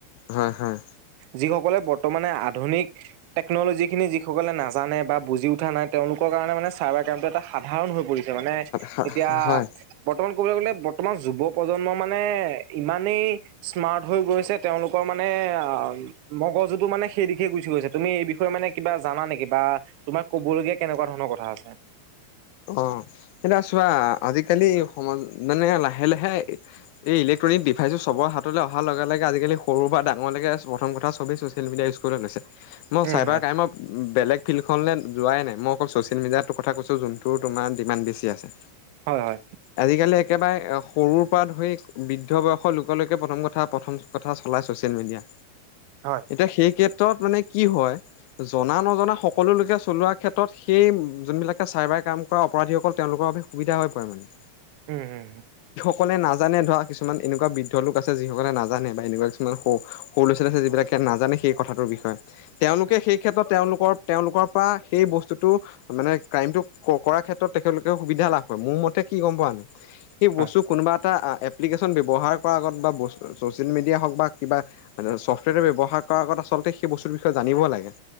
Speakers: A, on the left (about 45°); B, on the right (about 45°).
A: হয় হয়।
B: যিসকলে বৰ্তমানে আধুনিক টেকনলজি খিনি যি, সকলে নাজানে বা বুজি উঠা নাই, তেওঁলোকৰ কাৰণে মানে চাৰ্বাৰ ক্ৰাইম টো এটা সাধাৰণ হৈ পৰিছ- মানে
A: হয়
B: এতিয়া
A: হয়
B: বত- বৰ্তমান ক'বলৈ গ'লে বৰ্তমান যুৱ প্ৰজন্ম মানে ইমানেই স্মাৰ্ট হৈ গৈছে তেওঁলোকৰ মান- মানে অ মগজুতটো মানে সেই দিশে গুচি গৈছে তুমি এই বিষয়ে মানে কিবা, জানা নেকি বা তোমাক কবলগীয়া কেনেকুৱা ধৰণৰ কথা আছে।
A: অ এতিয়া চোৱা, আজিকালি সমাজ মানে লাহে লাহে এই ইলেক- ক্ট্ৰনিক ডিভাইজে চবৰ হাতলৈ অহা লগে লগে আজিকালি সৰু বা ডাঙৰলৈকে প্ৰথম কথা চবেই ছ'চেল মিডিয়াৰ উঞ্জ কৰিবলে লৈছে। মই
B: উম
A: চাইবাৰ
B: হয়
A: ক্ৰাইমৰ বেলেগ ফিল্ডখনে যোৱাই নাই, মই অকল চচিয়েল মিডিয়াতো কথা কৈছো যোন তো তোমাৰ ডিমাণ্ড বেছি আছে।
B: হয় হয়।
A: আজিকালি একেবাৰে সৰুৰ পৰা ধৰি বৃদ্ধ বয়সৰ লোকলৈকে প্ৰথম কথা প্ৰথম কথা চলাই ছচিয়েল মিডিয়া।
B: হয়
A: এতিয়া সেই কেত্ৰত মানে কি হয়। জনা নজনা সকলো লোকে চলোৱা ক্ষেত্ৰত সেই যোনবিলাকে চাই বাই- কাম কৰা অপৰাধীসকল তেওঁলোকৰ বাবে সুবিধা হৈ পৰে মানে।
B: উম হু হু
A: সকলে নাজানে ধৰা কিছুমান এনেকুৱা বৃদ্ধ লোক আছে যিসকলে নাজানে বা এনেকুৱা কিছুমান সৰু লৰা ছোৱালী আছে যিবিলাক নাজানে সেই কথাটোৰ বিষয়ে তেওঁলোকে
B: হয়
A: সেই ক্ষেত্ৰত তেওঁলোকৰ তেওঁলোকৰ পৰা সেই বস্তুটো মানে ক্ৰাইমটো কৰাৰ ক্ষেত্ৰত তেখেতলোকে সুবিধা লাভ কৰে, মোৰ মতে কি গম পোৱা নাই সেই বস্তু
B: হয়
A: কোনোবা এটা এপ্লিকেশ্যন ব্যৱহাৰ আগত বা ব ছ'চিয়েল মিডিয়া হওক বা কিবা ছফ্টৱেৰ ব্যৱহাৰ কৰাৰ আগত আচলতে সেই বস্তুৰ বিষয়ে জানিবই লাগে।